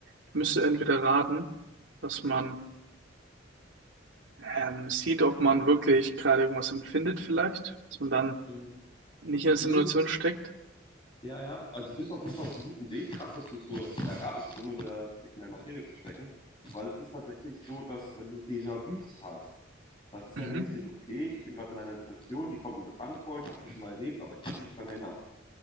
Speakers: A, on the right; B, on the left.
A: Ich müsste entweder raten, dass man ähm, sieht, ob man wirklich gerade irgendwas empfindet vielleicht, dass man dann
B: Mhm.
A: nicht in der Simulation
B: Ähnlich
A: steckt.
B: Ja, ja, also du bist auf jeden Fall auf einem guten Weg. Krass, dass du es so erraten hast, ohne da dich in der Materie zu stecken. Weil es ist tatsächlich so, dass wenn du Déjà-vus hast, das ist
A: Mhm.
B: ja mäßig, okay, ich bin gerade in einer Situation, die kommt mir bekannt vor, ich habe sie schon mal erlebt, aber ich kann mich nicht dran erinnern.